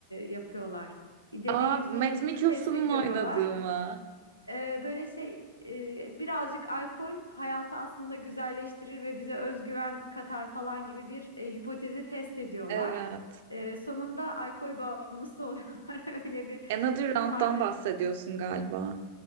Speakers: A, on the left; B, on the right.
A: yapıyorlar. Bir Deneyin
B: Aa,
A: sonucunu
B: Matt Mikkelsen'ın
A: test ediyorlar.
B: oynadığı mı?
A: Ee, böyle şey e, birazcık alkol hayatı aslında güzelleştirir ve bize özgüven katar falan gibi bir e, hipotezi test ediyorlar.
B: Evet.
A: Ee, sonunda alkol bağımlısı oluyorlar. <laughs> Öyle bir
B: Another
A: film
B: Round'dan
A: vardı.
B: bahsediyorsun galiba.